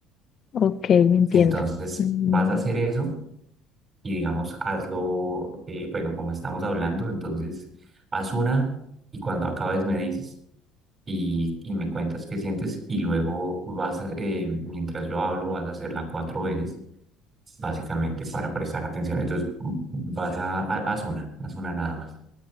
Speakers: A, on the left (about 45°); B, on the right (about 30°).
A: Ok, entiendo.
B: Entonces,
A: Mm,
B: vas a hacer eso y digamos, hazlo, eh, bueno, como estamos hablando, entonces, haz una y cuando acabes me dices y, y me cuentas qué sientes y luego vas a, eh, mientras yo hablo, vas a hacerla cuatro veces, básicamente para prestar atención. Entonces, vas a, a- haz una, haz una nada más.